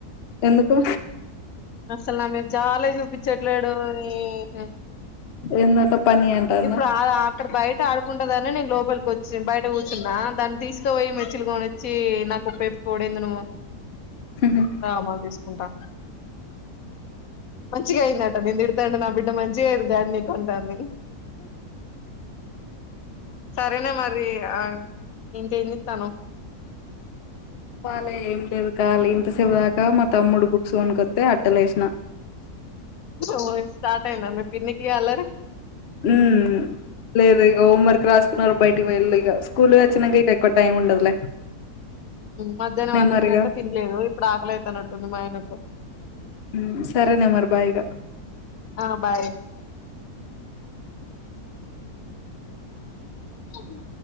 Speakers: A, on the left; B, on the left.
A: ఎందుకు
B: అసలు నా మీద జాలే చూపించట్లేడు ఇహీమ్
A: ఏందట పని అంటాన్న
B: ఇప్పుడు ఆ గా ఇక్కడ బయట ఆడుకుంటాదని నేను లోపలికి వచ్చి బయట కూర్చున్నా దాన్ని తీసుకుపోయి మెచ్చులుకొనిచ్చి నాకు ఉప్పఏప్పిపోవుడెంది నువ్వు
A: హుహుం
B: అమాలు తీసుకుంటా మంచిగా అయిందట నేను తిడితంటే నా బిడ్డ మంచిగా అయ్యింది డాడీ నీకు అంటాంది సరేనే మరి ఆ ఇంకేం జెత్తన్నావు
A: చెప్పాలే ఏం లేదు కాలి ఇంతసేపు దాకా మా తమ్ముడు బుక్స్ కొనుకొత్తే అట్టలు ఏసిన
B: ఓ స్టార్ట్ అయిందా మీ పిన్నికి ఇగ అల్లరి
A: ఉమ్ లేదు ఇగ హోం వర్క్ రాసుకున్నారు బయటికి వెళ్ళు ఇగ స్కూలు పోయి వచ్చినంక ఇక ఎక్కువ టైం ఉండదులే
B: మధ్యాహ్నం
A: నే
B: అన్నం
A: మరిగా
B: తినంటే తినలేదు ఇప్పుడు ఆకలితనట్టుంది మా ఆయనకు
A: ఉమ్ సరే నీ మరి బాయ్ ఇగ
B: ఆ బాయ్ ఇహ